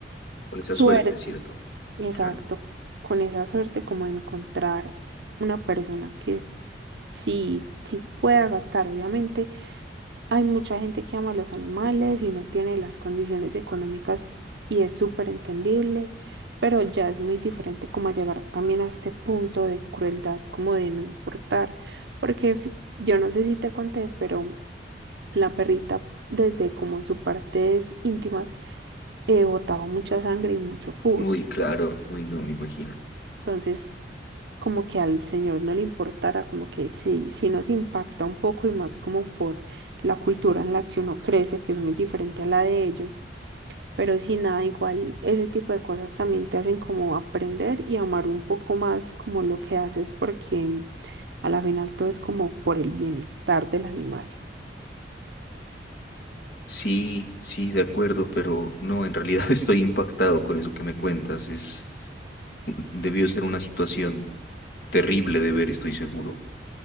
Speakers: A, on the left (about 60°); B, on the right (about 75°).
A: Con esa
B: Suerte,
A: suerte, ¿cierto?
B: exacto.
A: Claro.
B: Con esa suerte como de encontrar una persona que sí, sí pueda gastar. Obviamente hay mucha gente que ama a los animales y no tiene las condiciones económicas y es súper entendible, pero ya es muy diferente como llegar también a este punto de crueldad, como de no importar, porque fi- yo no sé si te conté, pero la perrita desde como sus partes íntimas eh, botaba mucha sangre y mucho pus.
A: Uy, claro, uy, no, me imagino.
B: Entonces como que al señor no le importara, como que sí, sí nos impacta un poco y más como por la cultura en la que uno crece, que es muy diferente a la de ellos. Pero sin nada, igual ese tipo de cosas también te hacen como aprender y amar un poco más como lo que haces porque a la final todo es como por el bienestar del animal.
A: Sí, sí, de acuerdo, pero no, en realidad <laughs> estoy impactado con eso que me cuentas. Es, debió ser una situación terrible de ver, estoy seguro.